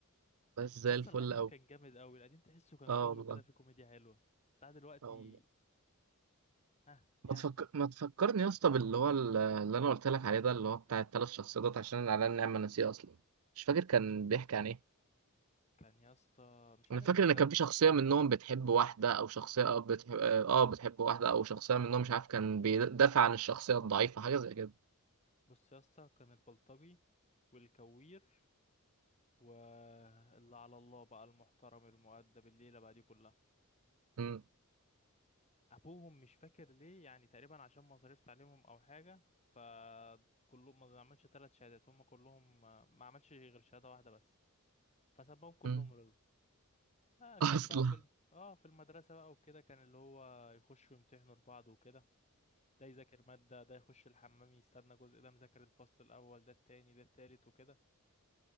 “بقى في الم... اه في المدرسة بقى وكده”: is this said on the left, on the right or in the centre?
Left